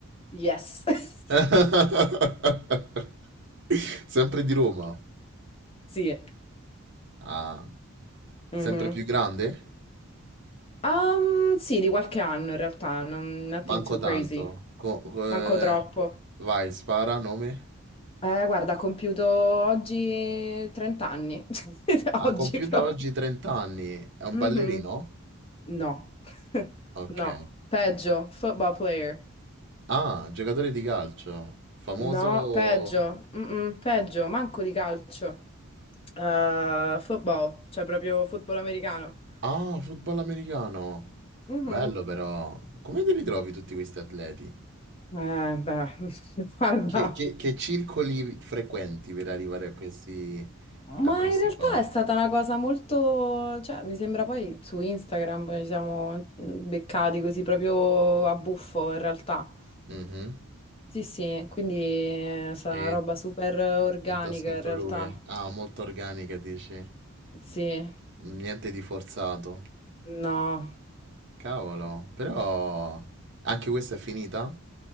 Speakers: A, on the left (about 25°); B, on the right (about 50°).
A: Yes.
B: <laughs>
A: <laughs>
B: Sempre di Roma?
A: Sì.
B: Ah,
A: Mhm.
B: sempre più grande?
A: Um, sì, di qualche anno in realtà, non- nothing
B: Manco
A: too
B: tanto.
A: crazy.
B: Co- co- eh,
A: Manco troppo.
B: Vai, spara, nome?
A: Eh, guarda, ho compiuto oggi 30 anni. <laughs>
B: Ha
A: Oggi
B: compiuto
A: proprio.
B: oggi 30 anni. È un
A: Mhm.
B: ballerino?
A: No. <laughs>
B: Ok.
A: No. Peggio, football player.
B: Ah, giocatore di calcio. Famoso...
A: No, peggio. Mm-mm, peggio, manco di calcio. Eh, football, cioè proprio football americano.
B: Ah, football americano.
A: Mhm.
B: Bello però. Come te li trovi tutti questi atleti?
A: Eh, beh, <laughs> guarda.
B: Che, che- che circoli frequenti per arrivare a questi,
A: Ma
B: a questi
A: in realtà
B: qua?
A: è stata una cosa molto, cioè mi sembra poi su Instagram poi ci siamo mm, beccati così proprio a buffo in realtà.
B: Mhm.
A: Sì, sì, quindi è stata
B: E,
A: una roba super organica
B: e t'ha scritto
A: in realtà.
B: lui? Ah, molto organica, dici.
A: Sì,
B: Niente di forzato.
A: no,
B: Cavolo, però anche questa è finita?